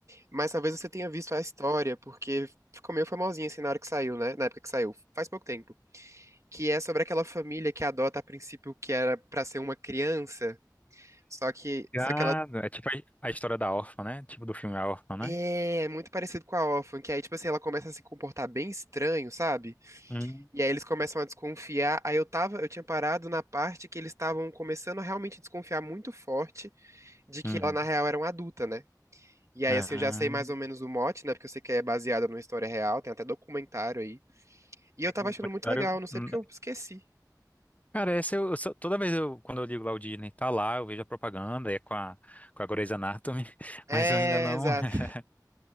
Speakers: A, on the right; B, on the left.
A: mas talvez você tenha visto a história, porque ficou meio famosinha assim na hora que saiu, né? Na época que saiu, faz pouco tempo. Que é sobre aquela família que adota a princípio o que era pra ser uma criança, só que,
B: Obrigado.
A: só que ela
B: É tipo a, a história da órfã, né? Tipo do filme A Órfã, né?
A: é é muito parecido com a Orphan, que aí, tipo assim, ela começa a se comportar bem estranho, sabe?
B: Uhum.
A: E aí eles começam a desconfiar. Aí eu tava, eu tinha parado na parte que eles estavam começando a realmente desconfiar muito forte de que
B: Uhum.
A: ela, na real, era uma adulta, né? E aí,
B: Ah,
A: assim, eu já sei mais ou menos o mote, né? Porque eu sei que é baseada numa história real, tem até documentário aí. E eu
B: tem
A: tava
B: um
A: achando
B: documentário-
A: muito legal, não sei
B: Hum.
A: porque eu esqueci.
B: Cara, essa eu, eu só- toda vez eu, quando eu ligo lá o Disney, tá lá, eu vejo a propaganda, é com a, com a Grey's Anatomy, <laughs>
A: É,
B: mas eu ainda não.
A: exato.
B: <laughs>